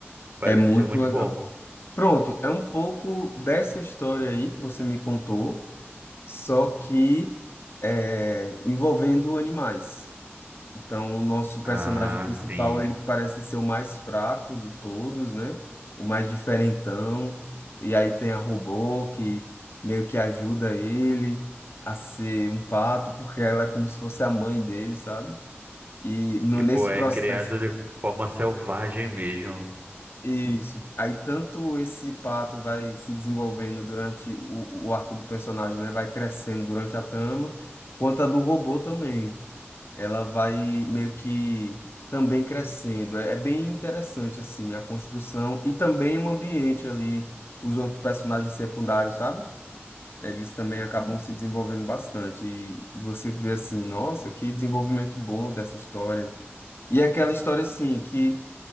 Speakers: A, on the right; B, on the left.
A: Parece
B: É muito
A: ser muito
B: legal.
A: bom.
B: Pronto, é um pouco dessa história aí que você me contou, só que é, envolvendo animais. Então, o nosso personagem
A: Ah,
B: principal,
A: sim.
B: ele parece ser o mais fraco de todos, né? O mais diferentão. E aí tem a robô que meio que ajuda ele a ser um pato, porque ela é como se fosse a mãe dele, sabe? E no,
A: Tipo,
B: nesse
A: é
B: processo,
A: criado de forma selvagem mesmo.
B: isso. Aí tanto esse pato vai se desenvolvendo durante o, o arco do personagem, né? Vai crescendo durante a trama, quanto a do robô também. ela vai meio que também crescendo. É, é bem interessante, assim, a construção e também o ambiente ali, os outros personagens secundários, sabe? Eles também
A: Hum,
B: acabam se desenvolvendo bastante. E você vê assim, nossa, que desenvolvimento bom dessa história. E é aquela história, assim, que